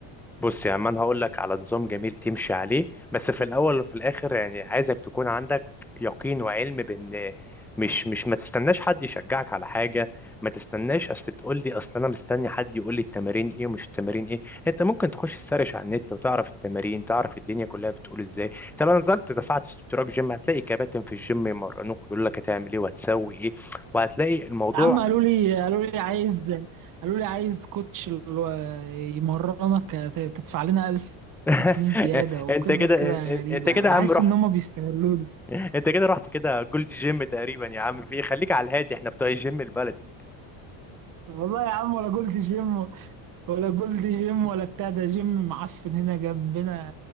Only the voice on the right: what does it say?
يا عم قالوا لي قالوا لي عايز قالوا لي عايز كوتش ال- يمرنك ت- تدفع لنا 1000
جنيه زيادة وقصص
كده غريبة
بحس
إن هما بيستغلوني
والله يا عم ولا جولد جيم ولا جولد جيم ولا بتاع ده جيم معفن هنا جنبنا